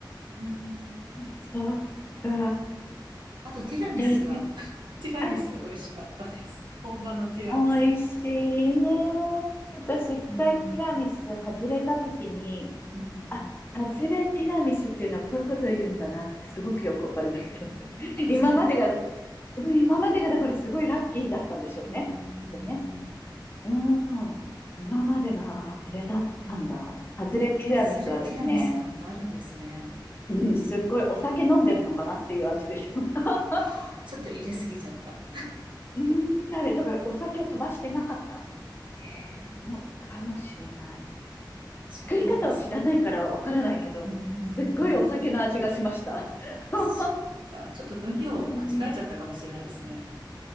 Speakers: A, on the right (about 75°); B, on the left (about 25°).
A: うん。
B: そっか
A: あとティラミスが、
B: イタリ
A: <laughs> ティラミス美味しかったです。
B: アン、
A: 本場のティラミス。
B: あ、美味しいね。私、一回ティラミス外れたときに、
A: うん。うん
B: あ、外れティラミスっていうのはこういうことを言うんだなってすごくよくわかりました。
A: えー、
B: <laughs>
A: ハズレとか。
B: 今までが、うん今までがだからすごいラッキーだったんでしょうね。
A: うーん。
B: きっとね。うん。今までが外れだったんだ。外れティラミスはですね、
A: ハズレティラミスなんてあるんですね。
B: うん、すっごいお酒飲んでるのかなっていう味でした。<laughs>
A: ああ、ちょっと入れすぎちゃった。
B: うん、あれ、だからお酒を飛ばしてなかった
A: ええ、
B: のかもしれない。
A: そうなんですね。
B: 作り方を知らないからわからないけど、
A: うーん。
B: すっごいお酒の味がしました。<laughs>
A: そうなんだ。ちょっと分量間違えちゃったかもしれないですね。
B: うんうん。